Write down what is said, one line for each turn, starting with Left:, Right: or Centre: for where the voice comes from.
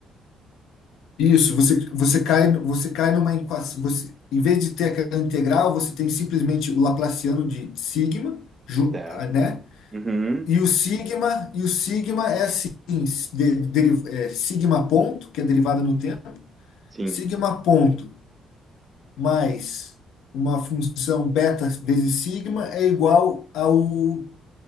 Left: Isso, você, você cai, você cai numa equação, você, em vez de ter aquela integral, você tem simplesmente o Laplaciano de sigma, ju-
Right: Certo.
Left: ah, né?
Right: Uhum,
Left: E o sigma, e o sigma é assim, s- de- deri- é, sigma ponto, que é derivada no tempo,
Right: sim.
Left: sigma ponto mais uma função beta vezes sigma é igual ao